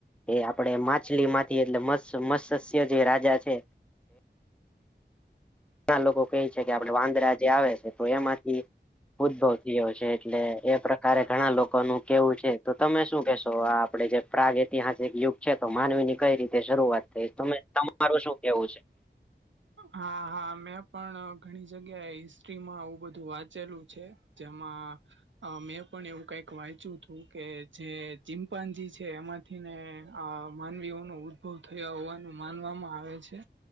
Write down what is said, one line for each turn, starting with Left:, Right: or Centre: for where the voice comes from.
Centre: એ આપડે માછલી માંથી એટલે મસ મત્સસ્ય જે રાજા છે. ના લોકો કહે છે કે આપડે વાંદરા જે આવે છે તો એમાંથી. ઉદ્ભવ થયો છે. એટલે એ પ્રકારે ઘણા લોકોનું કેવું છે તો તમે શું કેશો આ આપડે જે પ્રાગ ઐતિહાસિક યુગ છે. તો માનવી ની કઈ રીતે શરૂઆત થઈ ત તમારું શું કેવું છે?
Right: હા હા, મેં પણ ઘણી જગ્યાએ હિસ્ટ્રીમાં આવું બધું વાંચેલું છે. જેમાં અ મેં પણ એવું કઈક વાંચ્યું હતું કે જે ચિમ્પાજી છે એમાં ને આ માનવીઓ ન ઉદ્ભવ થયા હોવાનું માનવામાં આવે છે.